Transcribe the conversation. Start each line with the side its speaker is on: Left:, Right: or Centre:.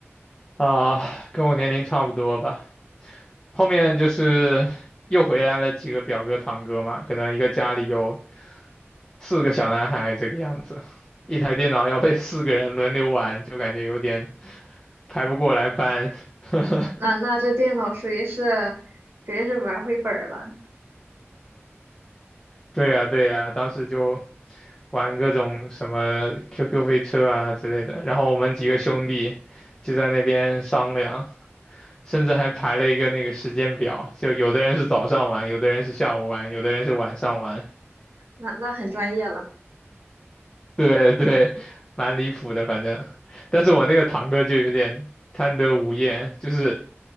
Left: 啊，跟我年龄差不多吧。后面就是又回来了几个表哥堂哥嘛，可能一个家里有四个小男孩这个样子，一台电脑要被四个人轮流玩，就感觉有点排不过来班。<laughs>
Right: 那那这电脑属于是属于是玩儿回本儿了，
Left: 对呀，对呀，当时就玩各种什么 QQ 飞车啊之类的，然后我们几个兄弟就在那边商量，甚至还排了一个那个时间表，就有的人是早上玩，有的人是下午玩，有的人是晚上玩。
Right: 那那很专业了。
Left: <laughs> 对对，蛮离谱的，反正。但是我那个堂哥就有点贪得无厌，就是